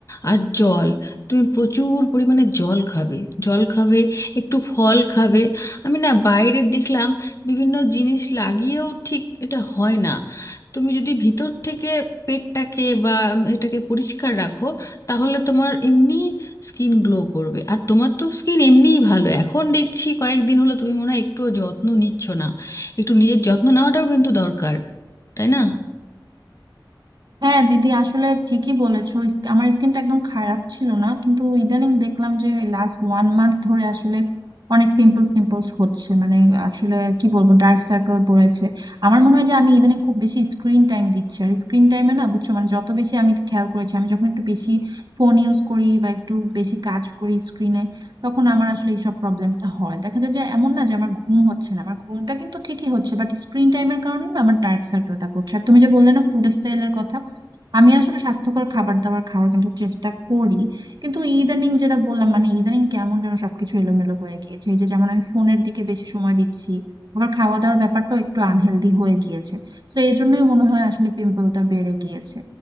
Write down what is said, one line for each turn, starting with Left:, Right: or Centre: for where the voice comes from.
Left: আর জল তুমি প্রচুর পরিমাণে জল খাবে জল খাবে একটু ফল খাবে আমি না বাইরে দেখলাম বিভিন্ন জিনিস লাগিয়েও ঠিক এটা হয় না তুমি যদি ভিতর থেকে পেটটাকে বা এটাকে পরিষ্কার রাখো তাহলে তোমার এমনি স্কিন গ্লো করবে আর তোমার তো স্কিন এমনিই ভালো এখন দেখছি কয়েকদিন হলো তুমি মনে হয় একটুও যত্ন নিচ্ছ না একটু নিজের যত্ন নেওয়াটাও কিন্তু দরকার তাই না
Right: হ্যাঁ দিদি আসলে ঠিকই বলেছো ইস- আমার স্কিনটা একদম খারাপ ছিল না কিন্তু ইদানিং দেখলাম যে লাস্ট ওয়ান মান্থ ধরে আসলে অনেক পিম্পলস টিম্পলস হচ্ছে মানে আসলে কি বলবো ডার্ক সার্কেল পড়েছে আমার মনে হয় যে আমি ইদানিং খুব বেশি স্ক্রিন টাইম দিচ্ছি আর স্ক্রিন টাইমে না বুঝছো মানে যত বেশি আমি খেয়াল করেছি আমি যখন একটু বেশি ফোন ইউজ করি বা একটু বেশি কাজ করি স্ক্রিনে তখন আমার আসলে এইসব প্রবলেমটা হয় দেখা যায় যে এমন না যে আমার ঘুম হচ্ছে না আমার ঘুমটা কিন্তু ঠিকই হচ্ছে বাট স্ক্রিন টাইমের কারণে না আমার ডার্ক সার্কেলটা পড়ছে আর তুমি যে বললে না ফুড স্টাইলের কথা আমি আসলে স্বাস্থ্যকর খাবার দাবার খাওয়ার কিন্তু চেষ্টা করি কিন্তু ইদানিং যেটা বললাম মানে ইদানিং কেমন যেন সবকিছু এলোমেলো হয়ে গিয়েছে এই যে যেমন আমি ফোনের দিকে বেশি সময় দিচ্ছি আবার খাওয়া দাওয়ার ব্যাপারটাও একটু আনহেলদি হয়ে গিয়েছে তো এই জন্যই মনে হয় আসলে পিম্পলটা বেড়ে গিয়েছে